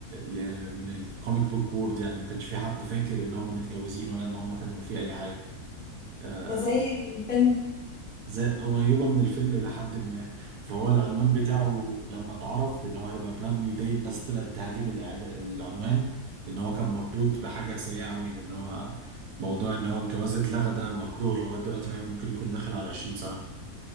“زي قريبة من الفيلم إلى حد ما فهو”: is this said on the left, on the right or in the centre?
Right